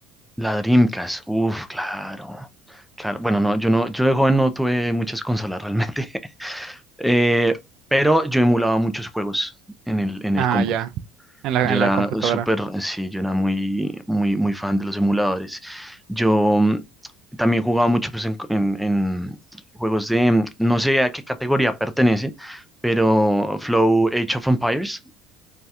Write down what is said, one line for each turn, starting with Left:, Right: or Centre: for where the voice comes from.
Centre: La Dreamcast. Uf, claro. Claro, bueno, no, yo no, yo de joven no tuve muchas consolas realmente. <laughs> Eh, pero yo emulaba muchos juegos en el, en
Right: Ah,
Centre: el compu.
Right: ya. En la,
Centre: Yo
Right: en
Centre: era
Right: la computadora.
Centre: súper, sí, yo era muy, muy, muy fan de los emuladores. Yo mm, también jugaba mucho pues, en, en- en juegos de, mm, no sé a qué categoría pertenece, pero Flow Age of Empires,